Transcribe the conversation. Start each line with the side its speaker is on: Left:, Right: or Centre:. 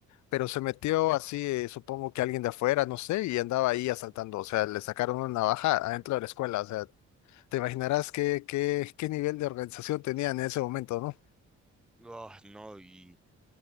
Left: pero se metió así, eh, supongo que alguien de afuera, no sé, y andaba ahí asaltando, o sea, le sacaron una navaja adentro de la escuela, o sea, te imaginarás qué, qué, qué nivel de organización tenía en ese momento, ¿no?
Centre: Oh, no, y